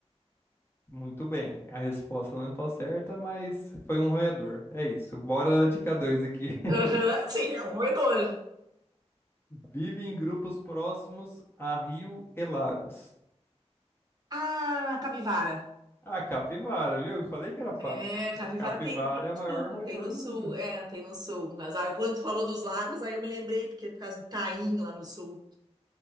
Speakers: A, on the left; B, on the right.
A: Muito bem. A resposta não tá certa, mas foi um roedor. É isso. Bora na dica 2 aqui. <laughs>
B: Aham, sim, é um roedor.
A: Vive em grupos próximos a rio e lagos.
B: Ah, capivara.
A: A capivara, viu? Falei que era fácil.
B: É, capivara
A: A capivara
B: tem, tem no
A: é o maior
B: sul,
A: roedor
B: tem no
A: do
B: sul,
A: mundo.
B: é, tem no sul. Mas ah, quando tu falou dos lagos, aí eu me lembrei, porque é por causa do Taim lá no sul.